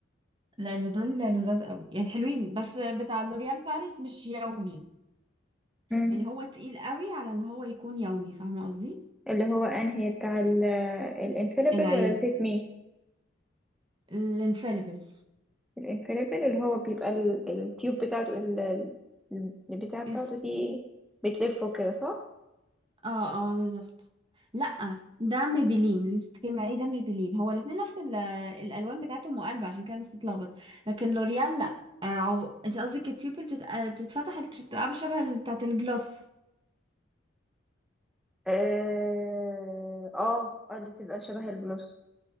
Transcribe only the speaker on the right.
لان دول لذاذ قوي يعني حلوين بس بتاع لوريال باريس مش يومي
يعني هو تقيل قوي على ان هو يكون يومي فاهمه قصدي
العين
الانفاليبل
يس
اه اه بالظبط لا ده ميبيلين اللي انت بتتكلمي عليه ده ميبيلين هو الاثنين نفس ال- الالوان بتاعتهم مقلبه عشان كده الناس تتلخبط لكن لوريال لا آه، عو... انت قصدك التيوبل بتت... آه، بتتفتح بتبقى شبه بتاعت الجلوس